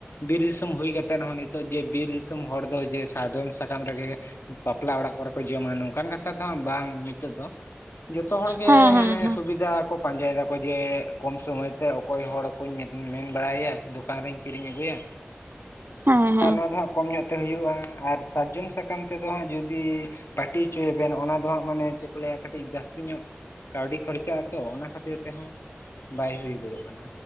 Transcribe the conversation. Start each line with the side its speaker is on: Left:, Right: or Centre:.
Left: ᱵᱤᱨ ᱫᱤᱥᱚᱢ ᱦᱩᱭ ᱠᱟᱛᱮᱱ ᱦᱚᱸ ᱱᱤᱛᱚᱜ ᱡᱮ ᱵᱤᱨ ᱫᱤᱥᱚᱢ ᱦᱚᱲ ᱫᱚ ᱡᱮ ᱥᱟᱨᱡᱚᱢ ᱥᱟᱠᱟᱢ ᱨᱮᱜᱮ ᱵᱟᱯᱞᱟ ᱚᱲᱟᱜ ᱠᱚᱨᱮ ᱠᱚ ᱡᱚᱢᱟ ᱱᱚᱝᱠᱟᱱ ᱠᱟᱛ ᱠᱟᱛᱷᱟ ᱫᱚ ᱵᱟᱝ ᱱᱤᱛᱚᱜ ᱫᱚ ᱡᱚᱛᱚ ᱦᱚᱲ ᱜᱮ
Right: ᱦᱮᱸ ᱦᱮᱸ
Left: ᱢᱟᱱᱮ
Right: ᱦᱮᱸ
Left: ᱥᱩᱵᱤᱫᱷᱟ ᱠᱚ ᱯᱟᱸᱡᱟᱭ ᱫᱟᱠᱚ ᱡᱮ ᱠᱚᱢ ᱥᱚᱢᱚᱭ ᱚᱠᱚᱭ ᱦᱚᱲ ᱠᱚᱧ ᱢᱮᱱ ᱵᱟᱲᱟᱭᱮᱭᱟ ᱫᱚᱠᱟᱱ ᱨᱤᱧ ᱠᱤᱨᱤᱧ ᱟᱹᱜᱩᱭᱟ
Right: ᱦᱮᱸ ᱦᱮᱸ
Left: ᱟᱨ ᱱᱚᱣᱟ ᱫᱚ ᱦᱟᱸᱜ ᱠᱚᱢ ᱧᱚᱜ ᱛᱮ ᱦᱩᱭᱩᱜᱼᱟ ᱟᱨ ᱥᱟᱨᱡᱚᱢ ᱥᱟᱠᱟᱢ ᱛᱮᱫᱚ ᱦᱟᱸᱜ ᱡᱩᱫᱤ᱾ ᱯᱟᱹᱴᱤ ᱦᱚᱪᱚᱭᱮ ᱵᱮᱱ ᱚᱱᱟ ᱫᱚ ᱦᱟᱸᱜ ᱢᱟᱱᱮ ᱪᱮᱫ ᱠᱚ ᱞᱟᱹᱭᱟ ᱠᱟᱹᱴᱤᱡ ᱡᱟᱹᱥᱛᱤ ᱧᱚᱜ ᱠᱟᱹᱣᱰᱤ ᱠᱷᱚᱨᱪᱟᱜᱼᱟ ᱛᱚ ᱚᱱᱟ ᱠᱷᱟᱹᱛᱤᱨ ᱛᱮᱦᱚᱸ ᱵᱟᱭ ᱦᱩᱭ ᱜᱚᱫᱚᱜ ᱠᱟᱱᱟ